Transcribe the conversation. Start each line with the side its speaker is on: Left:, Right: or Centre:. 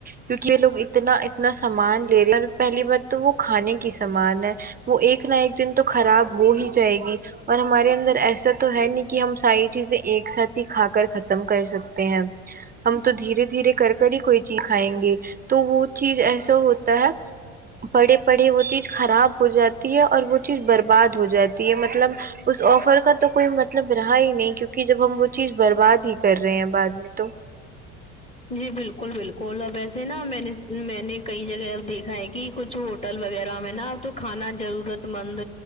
Right: کیونکہ یہ لوگ اتنا اتنا سامان لے رہے اور پہلی بار تو وہ کھانے کی سامان ہے وہ ایک نہ ایک دن تو خراب ہو ہی جائے گی اور ہمارے اندر ایسا تو ہے نہیں کہ ہم ساری چیزیں ایک ساتھ ہی کھا کر ختم کر سکتے ہیں ہم تو دھیرے دھیرے کر کر ہی کوئی چیز کھائیں گے تو وہ چیز ایسا ہوتا ہے پڑھے پڑھے وہ چیز خراب ہو جاتی ہے اور وہ چیز برباد ہو جاتی ہے مطلب اس آفر کا تو کوئی مطلب رہا ہی نہیں کیونکہ جب ہم وہ چیز برباد ہی کر رہے ہیں بعد میں تو
Left: جی بالکل بالکل کو نہ ویسے نا میں نے میں نے کئی جگہ اب دیکھا ہے کہ کچھ ہوٹل وغیرہ میں نا تو کھانا ضرورت مند